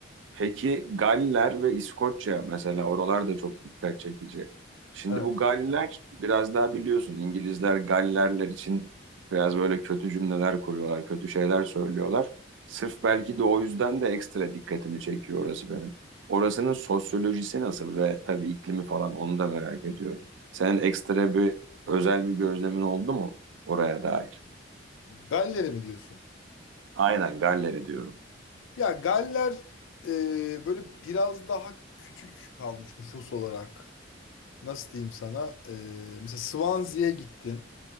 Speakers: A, on the right (about 70°); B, on the left (about 85°).
A: Peki Galler ve İskoçya mesela oralar da çok dikkat çekici. Şimdi
B: Evet.
A: bu Galler biraz daha biliyorsun İngilizler Gallerler için biraz böyle kötü cümleler kuruyorlar, kötü şeyler söylüyorlar. Sırf belki de o yüzden de ekstra dikkatimi çekiyor orası benim. Orasının sosyolojisi nasıl ve tabii iklimi falan onu da merak ediyorum. Senin ekstra bir özel bir gözlemin oldu mu oraya dair?
B: Galler'e mi diyorsun?
A: Aynen Galler'i diyorum.
B: Ya Galler e, böyle biraz daha küçük kalmış nüfus olarak. Nasıl diyeyim sana? E, mesela Swansea'ya gittim.